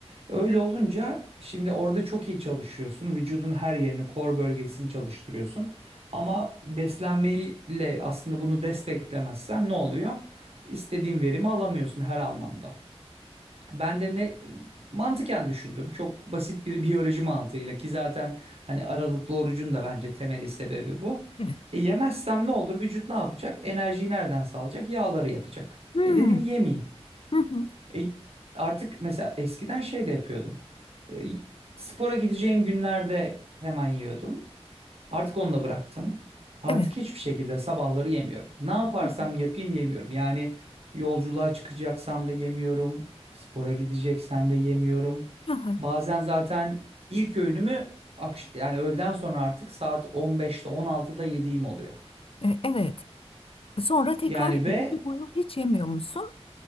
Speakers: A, on the right; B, on the left.
A: Öyle olunca şimdi orada çok iyi çalışıyorsun. Vücudun her yerini, kor bölgesini çalıştırıyorsun. Ama beslenmeyle aslında bunu desteklemezsen ne oluyor? İstediğin verimi alamıyorsun her anlamda. Ben de ne mantıken düşündüm. Çok basit bir <laughs> biyoloji mantığıyla ki zaten hani aralıklı orucun da bence temeli sebebi bu.
B: Evet.
A: E, yemezsem ne olur? Vücut ne yapacak? Enerjiyi nereden sağlayacak? Yağları yakacak.
B: Hmm,
A: E dedim yemeyeyim.
B: Hı hı.
A: E, artık mesela eskiden şey de yapıyordum. E, spora gideceğim günlerde hemen yiyordum. Artık onu da bıraktım. Artık
B: Evet.
A: hiçbir şekilde sabahları yemiyorum. Ne yaparsam
B: Hı hı.
A: yapayım yemiyorum. Yani yolculuğa çıkacaksam da yemiyorum. Spora gideceksem de yemiyorum.
B: Aha,
A: Bazen zaten ilk öğünümü akş- yani öğleden sonra artık saat 15'te 16'da yediğim oluyor.
B: e, evet. Sonra tekrar
A: Yani
B: gece
A: ve
B: boyu hiç yemiyor musun?